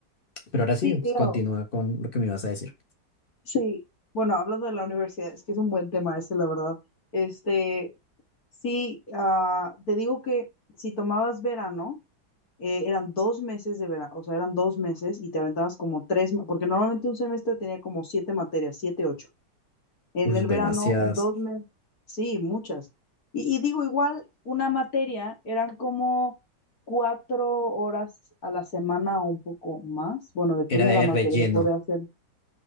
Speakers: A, on the left (about 30°); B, on the left (about 55°).
A: Pero ahora sí,
B: Sí,
A: pues,
B: claro,
A: continúa con lo que me ibas a decir.
B: sí. Bueno, hablando de la universidad, es que es un buen tema ese, la verdad. Este, Sí, ah, te digo que si tomabas verano, eh, eran dos meses de verano, o sea, eran dos meses y te aventabas como tres, ma- porque normalmente un semestre tenía como siete materias, siete, ocho. En
A: Pues
B: el verano,
A: demasiadas.
B: en dos meses, sí, muchas. Y, y digo, igual, una materia eran como cuatro horas a la semana o un poco más. Bueno, depende
A: Era de
B: de la materia,
A: relleno.
B: podría ser.